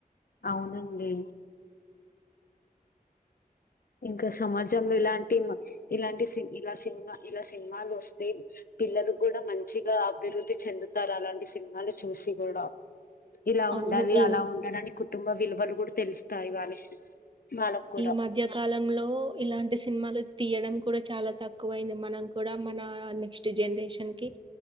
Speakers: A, on the left; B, on the right.
A: అవునండి ఇంకా సమాజంలో ఇలాంటి మ ఇలాంటి సిని ఇలా సినిమా ఇలా సినిమాలు వస్తే పిల్లలు గూడ మంచిగా అభివృద్ధి చెందుతారు అలాంటి సినిమాలు చూసి కూడా ఇలా
B: అవును
A: ఉండాలి
B: ఏం
A: అలా ఉండాలని కుటుంబ విలువలు కూడా తెలుస్తాయి వాళ్ళకి వాళ్ళకు కూడా
B: ఈ మధ్య కాలంలో ఒ ఇలాంటి సినిమాలు తీయడం కూడా చాలా తక్కువ అయింది మనం కూడా మన నెక్స్ట్ జనరేషన్ కి